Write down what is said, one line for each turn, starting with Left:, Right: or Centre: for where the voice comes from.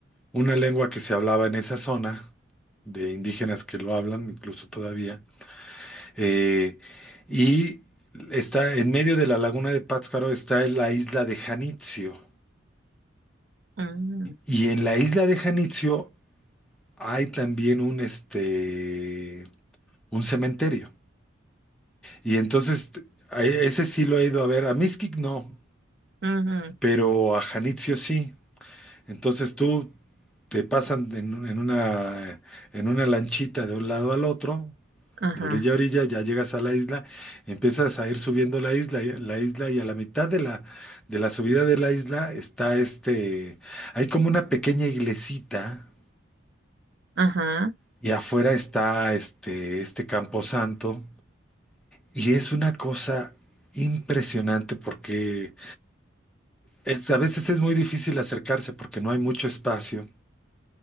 Centre: Una lengua que se hablaba en esa zona, de indígenas que lo hablan, incluso todavía. eh, y está en medio de la laguna de Pátzcuaro, está en la isla de Janitzio.
Right: mm,
Centre: Y en la isla de Janitzio hay también un, este, un cementerio. Y entonces, a ese sí lo he ido a ver. A Mixquic no,
Right: ujú,
Centre: pero a Janitzio sí. Entonces tú te pasan en, un- en una, en una lanchita de un lado al otro,
Right: Ajá.
Centre: de orilla a orilla, ya llegas a la isla, empiezas a ir subiendo la isla, y- la isla y a la mitad de la, de la subida de la isla está este, hay como una pequeña iglesita
Right: Ajá.
Centre: y afuera está este, este camposanto y es una cosa impresionante porque es- a veces es muy difícil acercarse porque no hay mucho espacio.